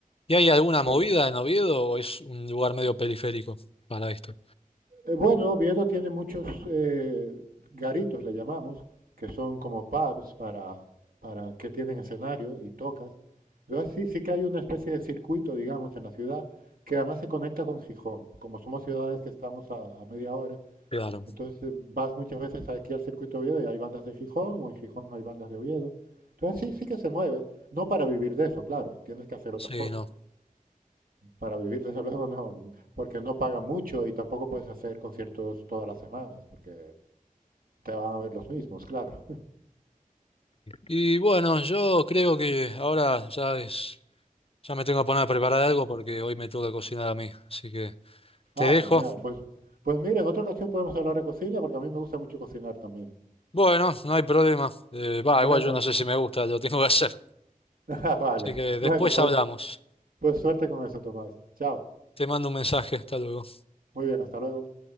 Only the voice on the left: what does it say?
¿Y hay alguna movida
en Oviedo o es un lugar medio periférico para esto?
Claro.
Sí,
no.
Y bueno, yo creo que ahora ya es. Ya me tengo que poner a preparar algo porque hoy me toca cocinar a mí, así que te
dejo.
Bueno, no hay problema. Eh, va,
igual yo no sé si me gusta, lo tengo que hacer.
Así que después
hablamos.
Te mando un mensaje, hasta luego.